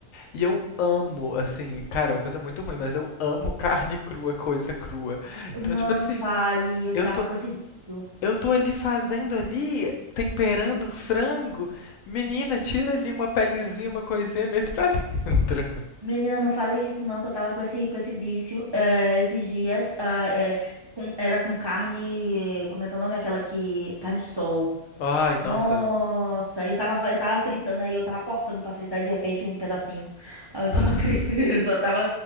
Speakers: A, on the left; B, on the right.
A: E eu amo, assim, cara, é uma coisa muito ruim, mas eu amo <laughs> carne crua, coisa crua. Então,
B: Não,
A: tipo assim,
B: não fale, eu
A: eu
B: tava
A: tô,
B: com esse vício.
A: eu tô ali fazendo ali, temperando o frango. Menina, tira ali uma pelezinha, uma coisinha, meto pra <laughs> dentro.
B: Menina, não fale isso não, que eu tava com esse, com esse vício eh, esses dias. ah, eh, com- era com carne, como é que é o nome? Aquela que... Carne de sol.
A: Ai, nossa.
B: Nossa, eu tava, eu tava fritando aí, eu tava cortando pra fritar e de repente um pedacinho. Aí Eu
A: <laughs>
B: tava, <laughs> eu tava